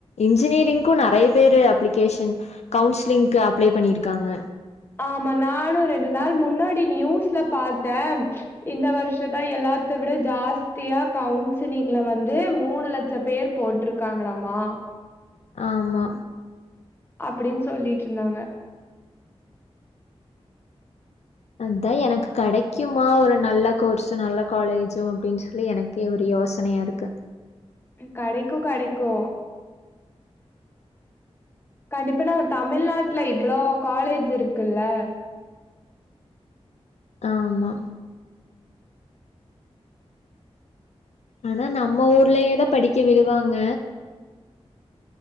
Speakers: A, on the left (about 80°); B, on the left (about 20°).
A: இன்ஜினியரிங்க்கு நெறைய பேரு அப்ளிகேஷன் கவுன்சிலிங்க்கு அப்ளை பண்ணிருக்காங்க
B: ஆமா நானு ரெண்டு நாள் முன்னாடி நியூஸ்ல பாத்தம் இந்த வருஷ தா எல்லாத்த விட ஜாஸ்தியா கவுன்சிலிங்ல வந்து மூனு லட்சம் பேர் போட்டிருக்காங்களாமா
A: ஆமா
B: அப்டின் சொல்லிட்டு இருந்தாங்க
A: அதுதா எனக்கு கெடைக்குமா ஒரு நல்ல கோர்ஸு நல்ல காலேஜும் அப்டின்னு சொல்லி எனக் கு ஒரு யோசனையா இருக்கு
B: கடைக்கு கடைக்கு கண்டிப்பா நாங்க தமிழ்நாட்டுல இவ்ளோ காலேஜ் இருக்குல்ல
A: ஆமா ஆனா நம்ம ஊர்லேயே தா படிக்க விடுவாங்க